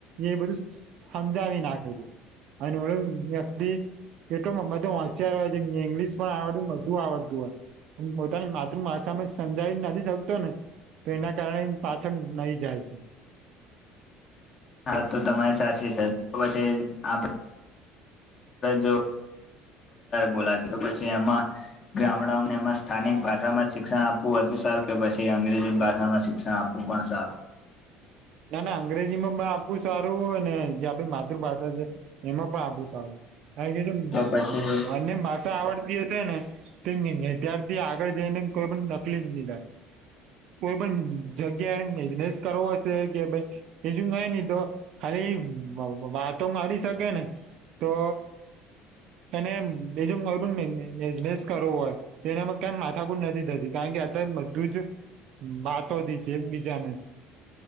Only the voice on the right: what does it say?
એ બધું સમજાવી નાખે છે અને ઓળ વ્યક્તિ એટલું બધો હોશિયાર હોય છે ઇંગ્લિશ પણ આવડ બધું આવડતું હોય પોતાની માતૃભાષામાં સમજી નથી શકતો ને તો એના કારણે પાછળ નહી જાય છે
ના ના અંગ્રેજી માં પણ આપવું સારું ને જે આપડી માતૃભાષા છે એમાં પણ આપવું સારું હા કીધું
અને ભાષા આવડતી હશે. ને તેમ ન અત્યારથી આગળ જઈને કોઈ પણ તકલીફ નહી થાય કોઈ પણ જગ્યા એ બિઝનેસ કરવો છે કે ભઈ બીજું કાય નઈ તો ખાલી વાતો મારી શકે ને તો અને બીજું કોઈ પણ બીજમેસ કરવો હોય તો એનામાં ક માથાકુટ નથી થતી કાર કાર કે બધું જ વાતો છે બીજાને